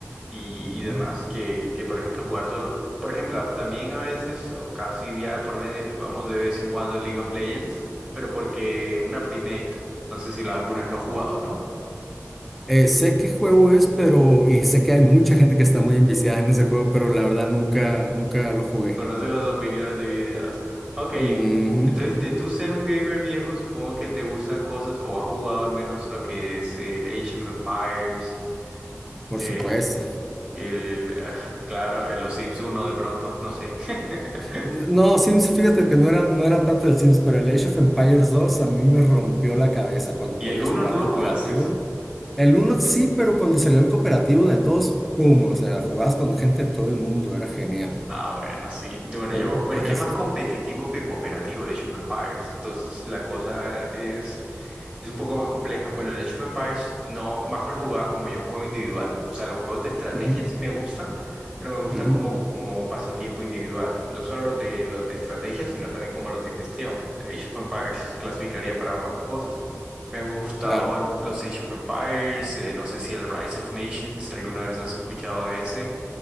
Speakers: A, on the right (about 20°); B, in the centre.
A: y,
B: Ujú.
A: y demás, que, que por ejemplo jugar solo. Por ejemplo, a- también a veces, o casi día de por medio, jugamos de vez en cuando League of Legends, pero porque una primate, no sé si lo, alguna vez lo has jugado, ¿no?
B: Eh, sé qué juego es, pero, y sé que hay mucha gente que está muy enviciada en ese juego, pero la verdad nunca, nunca lo jugué.
A: Conoce las opiniones divididas. Ok,
B: Ujú,
A: entonces de tú ser un gamer viejo, supongo que te gustan cosas, o has jugado al menos lo que es el Age of Empires
B: por
A: eh,
B: supuesto.
A: El, ah, claro, el- los Sims uno de pronto, no sé. <laughs>
B: No, Sims, fíjate que no era, no era tanto el Sims, pero el Age of Empires 2 a mí me rompió la cabeza cuando
A: Y
B: podías
A: el uno
B: jugar
A: no lo
B: cooperativo.
A: jugases
B: El uno sí, pero cuando salió el cooperativo del 2, ¡pum! O sea, jugabas con gente de todo el mundo, era genial.
A: Ah, bueno, sí. Yo- Bueno,
B: Pod-
A: yo, pero
B: Podías...
A: es que es más competitivo que cooperativo el Age of Empires. Entonces la cosa es, es un poco más compleja. Bueno, el Age of Empires no, más lo jugaba como yo un juego individual. O sea, los juegos de estrategia
B: Ujú,
A: sí me gustan, pero me gustan
B: ujú,
A: como, como pasatiempo individual. No solo los de, los de estrategia, sino también como los de gestión. Age of Empires clasificaría para ambas cosas. Me han gustado
B: claro,
A: los Age of Empires, eh, no sé si el Rise of Nations, ¿alguna vez has escuchado de ese?